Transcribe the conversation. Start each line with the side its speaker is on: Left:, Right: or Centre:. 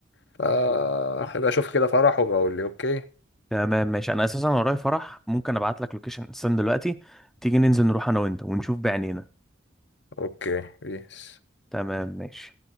Left: فا- هبقى اشوف كده فرح وبقول لي اوكي
Centre: تمام ماشي انا اساسا ورايا فرح ممكن ابعت لك لوكيشن استنى دلوقتي تيجي ننزل نروح انا وانت ونشوف بعينينا
Left: اوكي بيس
Centre: تمام ماشي